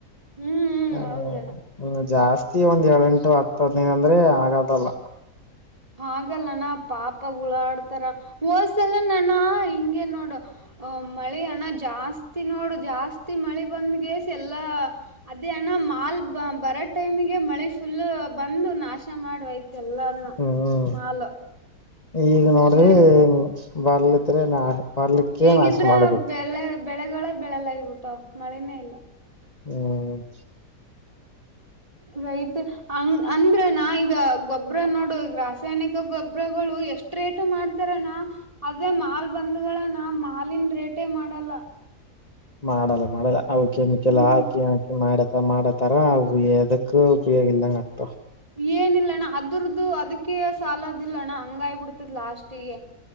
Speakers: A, on the right; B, on the left.
A: ಹ್ಮ್ ಹ್ಮ್
B: ಹ್ಮ
A: ಹೌದಣ್ಣ
B: ಜಾಸ್ತಿ ಪ್ರತಿ ಒಂದ್ ಏಳ ಎಂಟು ಹತ್ತ ಹದನೈದ ಅಂದ್ರೆ ಆಗದಲ್ಲ
A: ಹಾಗಲ್ಲನಾ ಪಾಪ ಉುಳ ಆಡ್ತಾರ ಹೋದ್ಸಲ ನಣ ಹಿಂಗಗೆ ನೋಡು ಮಳೆ ಅಣ ಜಾಸ್ತಿ ನೋಡು ಜಾಸ್ತಿ ಮಳ ಬಂದಲ್ಲ ಅದೇಣ ಮಾ ಬ ಟೈಮ ಮಳಿ ಫುಲ್ ಬಂದು ನಾಶ ಮಾಡುವಯ್ತೆ ಎಲ್ಲಾನ
B: ಹ್ಮ್
A: ಮಾಲ್
B: ಈಗ ನೋಡ್ರಿ
A: ಏನ್
B: ಬರ್ಲತ್ ನಾ ಬರ್ಲಿಕ್ಕೆ
A: ಈಗಿದ್ರ
B: ನಾಶ ಮಾಡಿಬಿಟ್ಟು
A: ಬೆಳೆ ಬೆಳೆಗಳ ಬೆಳೆಲ್ಾಗಿಬಿಟ್ಟು ಮಳನೇ ಇಲ್ಲ
B: ಹ್ಮ್
A: ರೈತ ಹಂಗ ಅಂದ್ರನಾ ಈಗ ಗೊಬ್ಬ್ರ ನೋಡು ಈ ರಾಸಾಯನಿಕ ಗೊಬ್ಬ್ರಗಳು ಎಷ್ಟ್ ರೇಟ ಮಾಡ್ತಾರನಾ ಅದೇ ಮಾಲ್ ಬಂದ್ಗಳನ ಮಾಲಿನ ರೇಟೇ ಮಾಡಲ್ಲ
B: ಮಾಡಲ್ಲ ಮಾಡಲ್ಲ ಅವ ಕೆಮಕ್ಕೆಲ್ಲ
A: ಹ್ಮ್
B: ಹಾಕಿ ಹಾಕಿ ಮಾಡ ಮಾಡತರ್ಯದಕ್ಕೂ ಉಪಯೋಗ ಇಲ್ದಂಗ ಆಗ್ತವ
A: ಏನಿಲ್ಲ ಅಣ್ಣ ಅದರ್ದು ಅದಕ್ಕೆ ಸಾಲದಿಲ್ಲ ಅಣ್ಣ ಹಂಗಾಯಬಿಡ್ತದ ಲಾಸ್ಟಿಗೆ